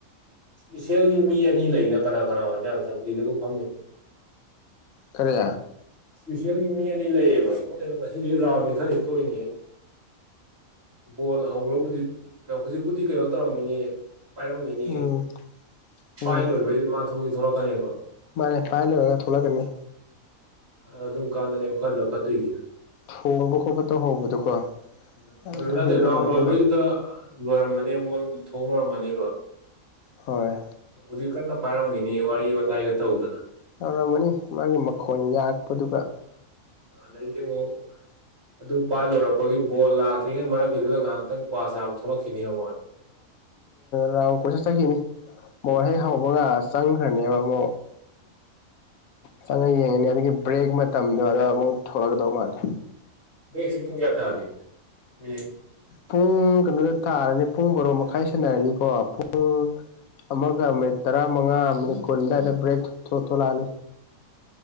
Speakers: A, on the right; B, on the left.
A: ꯏꯁꯦꯜꯒꯤ ꯃꯤ ꯑꯅꯤ ꯂꯩꯅ ꯀꯅꯥ ꯀꯅꯥ ꯑꯣꯏꯖꯥꯟ ꯆꯧꯀ꯭ꯔꯤꯗꯒ ꯐꯝꯃꯤꯁꯦ
B: ꯀꯔꯤ
A: ꯏꯁꯄꯤꯁꯦꯜꯒꯤ ꯃꯤ ꯑꯅꯤ ꯂꯩꯌꯦꯕ ꯃꯣꯏ ꯉꯁꯤꯗꯤ ꯔꯥꯎꯟꯗꯤ ꯈꯔꯗꯤ ꯇꯣꯏꯅꯤ ꯕꯣꯜ ꯍꯧꯈ꯭ꯔꯕꯨꯗꯤ ꯍꯧꯖꯤꯛꯄꯨꯗꯤ ꯀꯩꯅꯣ ꯇꯧꯔꯝꯒꯤꯅꯤꯌꯦ ꯄꯥꯏꯔꯝꯒꯤꯅꯤꯌꯦ
B: ꯎꯝ ꯎꯝ
A: ꯄꯥꯏ ꯂꯣꯏꯕꯩ ꯃꯥ ꯊꯣꯡꯗꯤ ꯊꯣꯛꯂꯛꯀꯅꯦꯕ
B: ꯃꯥꯅꯦ ꯄꯥꯏ ꯂꯣꯏꯒ ꯊꯣꯛꯂꯛꯀꯅꯤ
A: ꯎꯝ ꯑꯗꯨꯝ ꯀꯥꯟꯗꯅꯦ ꯈꯔ ꯂꯧꯈꯠꯇꯣꯏꯁꯤꯅ
B: ꯍꯣꯡꯕ ꯈꯣꯠꯄ ꯇꯧꯍꯧꯕꯗꯣꯀꯣ
A: <unintelligible>
B: ꯑꯗꯨ
A: ꯅꯠꯇꯦ
B: ꯍꯦꯛ
A: ꯔꯥꯎꯟꯗ
B: ꯂꯣꯏꯕꯒ
A: ꯂꯣꯏꯕꯩꯗꯨꯗ ꯂꯣꯏꯔꯝꯃꯅꯦꯕ ꯃꯣꯏ ꯊꯣꯡ ꯂꯣꯏꯔꯝꯃꯅꯦꯕ
B: ꯍꯣꯏ
A: ꯍꯧꯖꯤꯛ ꯀꯟꯅ ꯄꯥꯏꯔꯝꯈꯤꯅꯦ ꯋꯥꯔꯤ ꯋꯥꯇꯥꯏꯒ ꯇꯧꯗꯅ
B: ꯌꯥꯧꯔꯝꯃꯅꯤ ꯃꯥꯒꯤ ꯃꯈꯣꯟ ꯌꯥꯔꯛꯄꯗꯨꯒ
A: ꯗꯩꯗꯤꯉ ꯑꯗꯨ ꯄꯥꯏ ꯂꯣꯏꯔꯛꯄꯒꯤ ꯕꯣꯜ ꯂꯥꯛꯇ꯭ꯔꯤꯉꯩ ꯃꯔꯛꯀꯤꯗꯨꯗ ꯉꯥꯏꯍꯥꯛꯇꯪ ꯀ꯭ꯋꯥ ꯆꯥꯕ ꯊꯣꯛꯂꯛꯈꯤꯅꯤ ꯃꯣꯏ
B: ꯔꯥꯎꯟ ꯀꯣꯏꯠ ꯆꯠꯈꯤꯅꯤ ꯃꯣꯔ ꯍꯩ ꯍꯕꯒ ꯆꯪꯈ꯭ꯔꯅꯦꯕ ꯑꯃꯛ ꯆꯪꯉꯒ ꯌꯦꯡꯉꯅꯤ ꯑꯗꯨꯒꯤ ꯕ꯭ꯔꯦꯛ ꯇꯝꯗꯔꯒ ꯑꯃꯨꯛ ꯊꯣꯛꯂꯛꯀꯗꯧ ꯃꯥꯜꯂꯦ
A: ꯕꯦꯛꯁꯨ ꯄ ꯀꯌꯥ ꯊꯦ ꯃ
B: ꯄꯨꯡ ꯀꯩꯅꯣꯗ ꯊꯥꯔꯅꯤ ꯄꯨꯡ ꯕꯔꯣ ꯃꯈꯥꯏ ꯁꯟꯅꯔꯅꯤꯀꯣ ꯄꯨꯡ ꯑꯃꯒ ꯑꯃꯠ ꯇꯔꯥꯃꯉꯥ ꯃꯤꯅꯤꯠ ꯀꯨꯟ ꯑꯗꯨꯋꯥꯏꯗ ꯕ꯭ꯔꯦꯛ ꯊꯣꯛꯂꯛꯑꯅꯤ